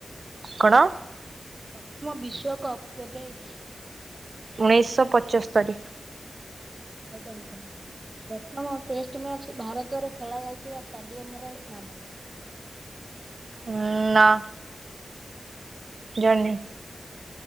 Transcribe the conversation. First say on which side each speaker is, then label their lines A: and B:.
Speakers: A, on the right; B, on the right.
A: କଣ?
B: ପ୍ରଥମ ବିଶ୍ଵକପ୍ କେବେ ହେଇଥିଲା?
A: ଉଣେଇଶହ ପଞ୍ଚସ୍ତରୀ।
B: Right answer. ପ୍ରଥମ ଟେଷ୍ଟ ମ୍ୟାଚ ଭାରତରେ ଖେଳ ଯାଇଥିବା ଷ୍ଟାଡିୟମ ର ନାମ?
A: ଉଁ ନା। ଜାଣିନି